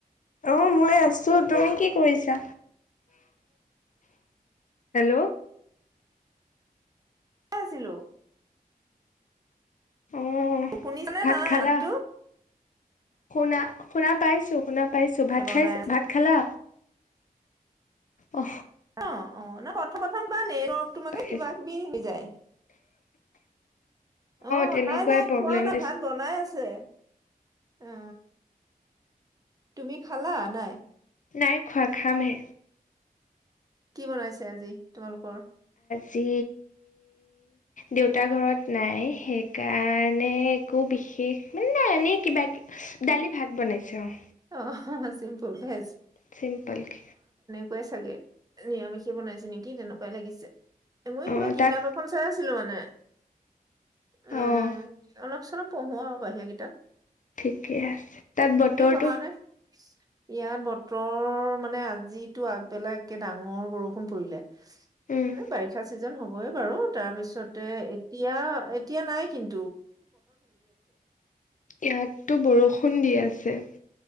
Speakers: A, on the left (about 60°); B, on the right (about 25°).
A: অ মই আছো তুমি কি কৰিছা হেল্ল'
B: আছিলো
A: অ
B: অ শুনিছানে
A: ভাত
B: নাই
A: খালা
B: মাতটো
A: শুনা শুনা পাইছো শুনা পাইছোঁ ভাত
B: বনাই
A: খাইছ
B: আছে
A: ভাত খালা অ
B: অ অ ন প্ৰথমত বা নেটৱৰ্ক টো মানে
A: পাইছ
B: কিবা কিবি হৈ যায় অ
A: তেনেকুৱাই
B: নাই নাই
A: প্ৰব্লেম
B: খোৱা নাই
A: দিছে
B: ভাত বনাই আছে চে উ তুমি খালা নাই
A: নাই খোৱা, খামহে।
B: কি বনাইছে আজি, তোমালোকৰ?
A: জি দেউতা ঘৰত নাই, সেইকাৰণে একো বিশেষ, মানে নাই এনেই কিবা দালি ভাত বনাইছে অ'।
B: অহ হা হা, চিম্পুল ভেজ।
A: চিম্পলকে।
B: কোৱাই চাগে। নিৰামিষে বনাইছে নেকি তেনেকুৱাই লাগিছে। এ মই
A: অ
B: কিবা কিতাপ
A: তাত
B: এখন চাই আছিলো মানে। নে। উম,
A: অ
B: অলপ কিছুমান পঢ়ো আৰু বাহিৰা কিতাপ।
A: ঠিকে আছে। তাত বতৰ
B: ভালনে? ইয়াত বতৰ, মানে আজিতো আগবেলা একে ডাঙৰ বৰষুণ পৰিলে।
A: উম
B: এ বাৰিষা চিজন, হ'ব -ব‌ এই বাৰু। তাৰপিছতে, এতিয়া এতিয়া নাই কিন্ত
A: ইয়াত টো বৰষুণ দি আছে।